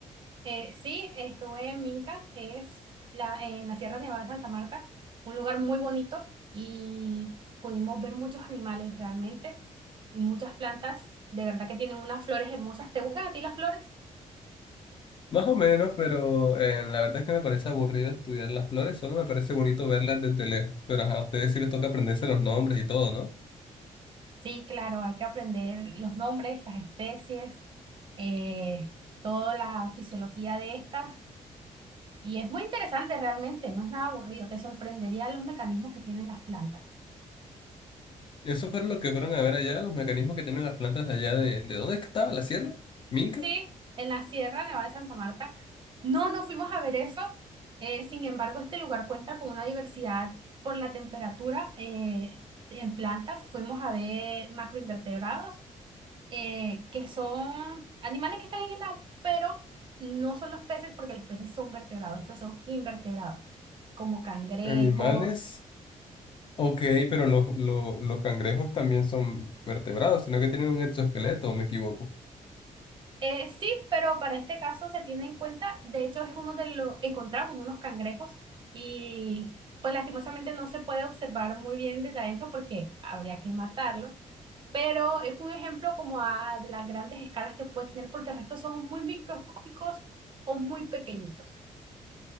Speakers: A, on the right (about 40°); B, on the left (about 40°).
A: Eh, sí, estuve en Minca, es la, en la Sierra Nevada de Santa Marta, un lugar muy bonito y pudimos ver muchos animales realmente y muchas plantas, de verdad que tienen unas flores hermosas. ¿Te gustan a ti las flores?
B: Más o menos, pero eh, la verdad es que me parece aburrido estudiar las flores, solo me parece bonito verlas desde lejos. Pero ajá, a ustedes sí les toca aprenderse los nombres y todo, ¿no?
A: Sí, claro, hay que aprender los nombres, las especies, eh, toda la fisiología de estas Y es muy interesante realmente, no es nada aburrido, te sorprendería los mecanismos que tienen las plantas.
B: Y eso fue lo que fueron a ver allá, los mecanismos que tienen las plantas de allá de, ¿de dónde es que estaba la sierra? ¿Minca?
A: Sí, en la Sierra Nevada de Santa Marta. No, no fuimos a ver eso. eh, sin embargo, este lugar cuenta con una diversidad por la temperatura eh, en plantas. Fuimos a ver macroinvertebrados, eh, que son animales que están en el agua, pero no son los peces porque los peces son vertebrados, estos son invertebrados, como cangrejos
B: Animales. Ok, pero los, los, los cangrejos también son vertebrados, sino que tienen un exoesqueleto, ¿o me equivoco?
A: Eh, sí, pero para este caso se tiene en cuenta, de hecho es uno de los, encontramos unos cangrejos y pues lastimosamente no se puede observar muy bien desde adentro porque habría que matarlo, pero es un ejemplo como a- de las grandes escalas que puede tener porque el resto son muy microscópicos o muy pequeñitos.